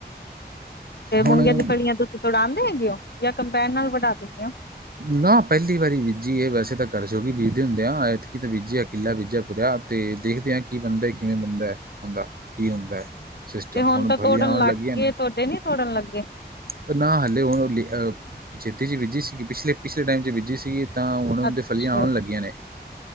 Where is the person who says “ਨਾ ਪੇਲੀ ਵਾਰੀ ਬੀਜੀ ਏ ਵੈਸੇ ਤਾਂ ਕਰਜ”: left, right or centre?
Right